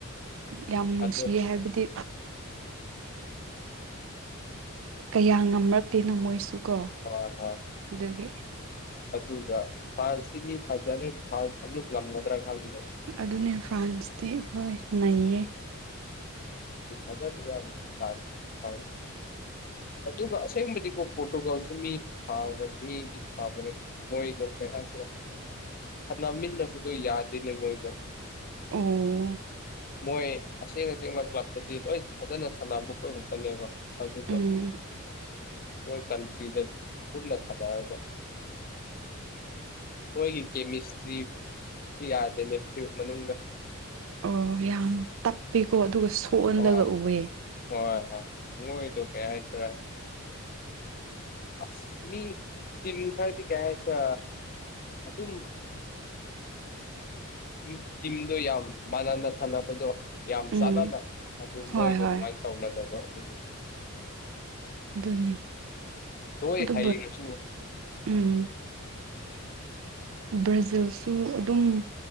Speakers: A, on the right; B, on the left.
A: ꯌꯥꯝ ꯅꯨꯡꯁꯤꯌꯦ
B: ꯑꯗꯣ
A: ꯍꯥꯏꯕꯗꯤ ꯀꯌꯥ ꯉꯝꯔꯛꯇꯦꯅ ꯃꯣꯏꯁꯨ ꯀꯣ
B: ꯍꯣꯏ ꯍꯣꯏ
A: ꯑꯗꯨꯒꯤ
B: ꯑꯗꯨꯒ ꯐ꯭ꯔꯥꯟꯁꯁꯤꯒꯤ ꯐꯖꯔꯦ ꯐ꯭ꯔꯥꯟꯁ ꯑꯃꯨꯛ ꯂꯒꯗ꯭ꯔꯥ ꯈꯪꯗ
A: ꯑꯗꯨꯅꯦ ꯐ꯭ꯔꯥꯟꯁꯇꯤ ꯍꯣꯏ ꯅꯩꯌꯦ
B: ꯐꯖꯖ ꯐ ꯐ
A: <inaudible>
B: ꯑꯗꯨꯒ ꯑꯁꯦꯡꯕꯗꯤꯀꯣ ꯄꯣꯔꯇꯨꯒꯥꯜꯁꯨ ꯃꯤꯕ ꯃꯤꯗꯤ ꯐꯥꯕꯅꯦ ꯃꯣꯏꯗꯣ ꯀꯩ ꯍꯥꯏ
A: <inaudible>
B: ꯁꯥꯟꯅꯃꯤꯟꯅꯕꯗꯨꯣ ꯌꯥꯗꯦꯅꯦ ꯃꯣꯏꯗꯣ
A: ꯑꯣ
B: ꯃꯣꯏ ꯑꯁ ꯉ ꯇꯁꯦꯡꯃꯛ ꯀ꯭ꯂꯕꯇꯗꯤ ꯂꯣꯏ ꯐꯖꯅ ꯁꯥꯟꯅꯕ ꯑꯣꯏꯔꯛꯀꯅꯦꯕ ꯑꯗꯨꯒ
A: ꯎꯝ
B: ꯣꯏ ꯀꯟꯁꯤꯗꯅ ꯁꯔ ꯊ ꯃꯣꯏꯒꯤ ꯀꯦꯃꯤꯁꯇ꯭ꯔꯤ ꯌꯥꯗꯦꯅꯦ ꯃꯅꯨꯡꯗ
A: ꯑꯣ ꯌꯥꯝ ꯇꯞꯄꯤꯀꯣ ꯑꯗꯨꯒ ꯁꯣꯛꯍꯜꯂꯒ
B: ꯍ
A: ꯎꯑꯦ
B: ꯍꯣꯏ ꯍꯣꯏ ꯍꯨꯗ ꯀꯔ ꯑꯁꯃꯤ ꯇꯝꯈꯔꯗꯤ ꯀꯩꯁ ꯑꯗꯨ ꯑꯗꯨꯝ
A: <inaudible>
B: ꯎ ꯇꯤꯝꯗꯣ ꯌꯥꯝ ꯃꯥꯟꯅꯅ ꯁꯥꯟꯅꯕꯗꯣ ꯌꯥꯝ
A: ꯎꯝ
B: ꯆꯥꯟꯅꯅ ꯑꯗꯨ
A: ꯍꯣꯏ
B: ꯃꯣꯏꯗꯣ
A: ꯍꯣꯏ
B: ꯑꯗꯨꯃꯥꯏꯅ ꯇꯧꯅꯗꯕ ꯑꯗꯨꯒꯤ
A: ꯑꯗꯨꯅꯦ
B: ꯂꯣꯏ
A: ꯑꯗꯨ
B: ꯍꯩꯔꯁꯨ
A: ꯎꯝ ꯭ꯔꯖꯤ ꯜꯁꯨ ꯑꯗꯨꯝ